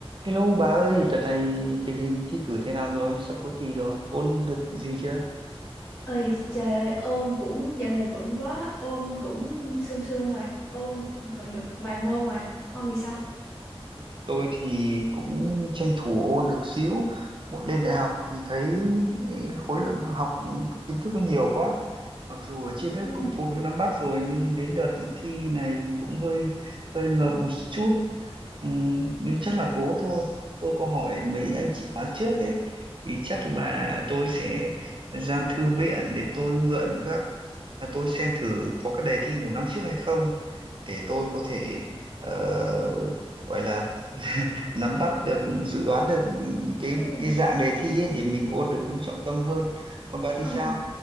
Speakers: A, on the right; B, on the left.
A: Hello bà ơi, đợt này tình hình thi cử thế nào rồi? Sắp cuối kỳ rồi, ôn được gì chưa?
B: Ơi trời ơi ôn cũng dạo này vẫn quá ôn cũng sương sương rồi ôn vẫn được vài môn rồi ông thì sao
A: Tôi thì cũng tranh thủ ôn được xíu. Một lên đại học thì thấy ừ, khối lượng học kiến thức nó nhiều quá. Mặc dù ở trên lớp
B: Ừ,
A: cũng cố gắng nắm bắt rồi nhưng đến đợt thi này cũng hơi hơi ngợp một chút. Ừm, nhưng chắc là cố thôi. Tôi có hỏi mấy
B: ừ,
A: anh chị khóa trước ấy thì chắc là tôi sẽ ra thư viện để tôi mượn các là tôi xem thử có cái đề thi của năm trước hay không để tôi có thể ờ, gọi là <laughs> nắm bắt được dự đoán được cái
B: ừ.
A: cái dạng đề thi ấy để mình ôn được đúng trọng tâm hơn còn bà thì
B: Ờ.
A: sao